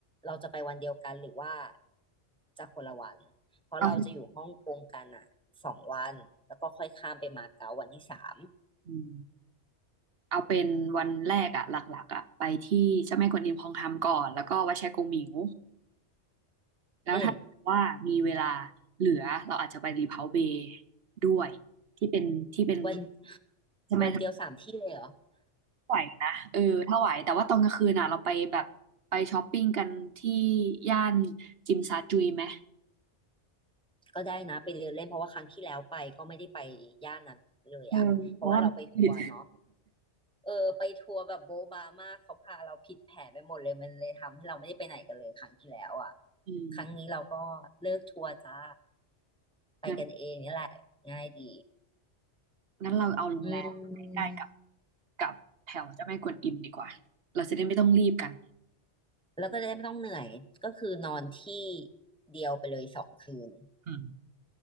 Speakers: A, in the centre; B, on the right.
A: เราจะไปวันเดียวกันหรือว่าจะคนละวันเพราะเราจะอยู่ฮ่องกงกันอ่ะสองวันแล้วก็ค่อยข้ามไปมาเก๊าวันที่สาม
B: เอาอืมเอาเป็นวันแรกอะหลักๆอะไปที่เจ้าแม่กวนอิมพองฮามก่อนแล้วก็วัดแชโกมิวแล้วถ้าว่ามีเวลา
A: อืม
B: เหลือเราอาจจะไปรีเพาเบย์ด้วยที่เป็นที่เป็น
A: วัน
B: ใช่ไหมถ้า
A: วันเดียวสามที่เลยเหรอ
B: ไหวนะเออถ้าไหวแต่ว่าตอนกลางคืนน่ะเราไปแบบไปช้อปปิ้งกันที่ย่านจิมซาจุยไหม
A: ก็ได้นะไปเดินเล่นเพราะว่าครั้งที่แล้วไปก็ไม่ได้ไปย่านนั้นเลยอ่ะเพราะว่าเราไปทัวร์เนาะ
B: เออเพราะว่าผิด
A: เออไปทัวร์แบบโบ๊ะบามากเขาพาเราผิดแผนไปหมดเลยมันเลยทำให้เราไม่ได้ไปไหนกันเลยครั้งที่แล้วอ่ะ
B: อืม
A: ครั้งนี้เราก็เลิกทัวร์จ้าไปกันเองนี่แหละง่ายดี
B: งั้นงั้นเราเอาโรงแรมใกล้ๆกับ
A: อืม
B: กับแถวเจ้าแม่กวนอิมดีกว่าเราจะได้ไม่ต้องรีบกัน
A: แล้วก็จะได้ไม่ต้องเหนื่อยก็คือนอนที่เดียวไปเลยสองคืน
B: อืม